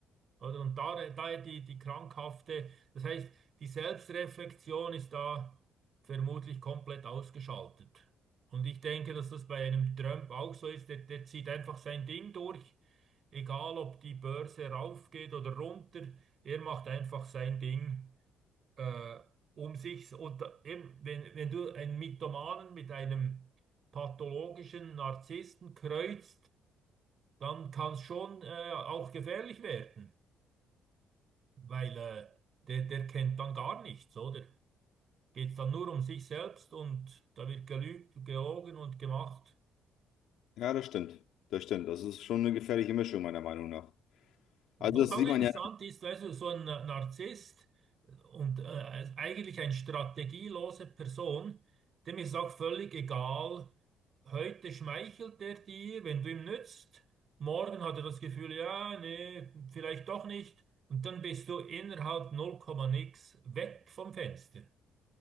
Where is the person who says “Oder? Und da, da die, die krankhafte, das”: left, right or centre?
Right